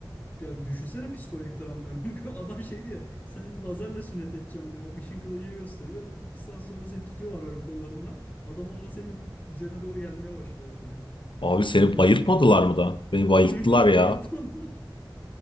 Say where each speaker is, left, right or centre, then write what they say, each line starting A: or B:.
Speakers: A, on the left; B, on the left.
A: Ya düşünsene psikolojik travmayı. <laughs> Adam şeydi ya seni lazerle sünnet edeceğim diyor. Bak ışın kılıcı gösteriyor. İki saat sonra seni tutuyorlar böyle kollarından. Adam onunla senin üzerine doğru gelmeye başlıyor böyle.
B: Abi seni
A: Çok kötüydü
B: bayıltmadılar
A: ya.
B: mı da? Beni
A: <laughs>
B: bayılttılar
A: Abi yok
B: ya.
A: bayatmadılar.